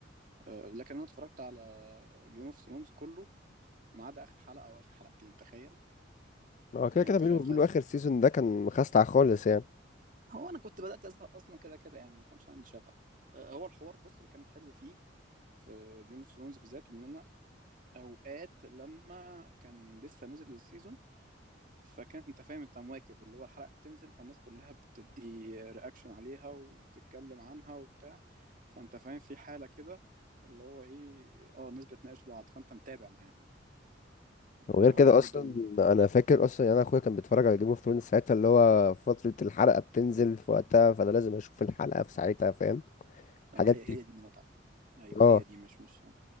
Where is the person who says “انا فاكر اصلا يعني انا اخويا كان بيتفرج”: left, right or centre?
Left